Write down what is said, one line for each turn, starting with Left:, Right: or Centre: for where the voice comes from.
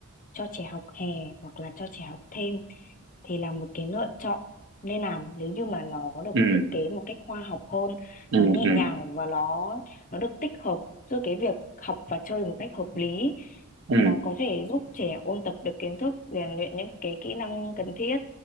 Left: cho trẻ học hè hoặc là cho trẻ học thêm thì là một cái lựa chọn nên làm nếu như mà nó được
Right: ừ
Left: thiết kế một cách khoa học hơn,
Right: ừ
Left: nó nhẹ
Right: ừ
Left: nhàng và nó nó được tích hợp giữa cái việc học và chơi một cách hợp lý.
Right: ừ
Left: Nó có thể giúp trẻ ôn tập được kiến thức, rèn luyện những cái kỹ năng cần thiết